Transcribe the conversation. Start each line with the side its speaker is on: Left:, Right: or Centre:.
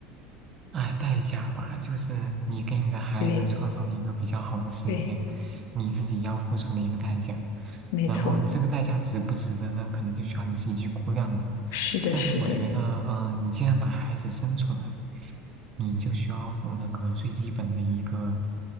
Right: 哎，代价吧，就是你给你的孩子创造了一个比较好的世界，
Left: 对对，
Right: 你自己要付出的一个代价。
Left: 没错，
Right: 然后这个代价值不值得呢？可能就需要你自己去估量了。
Left: 是的，
Right: 但是我觉得，
Left: 是的，
Right: 呃，你既然把孩子生出来，你就需要负那个最基本的一个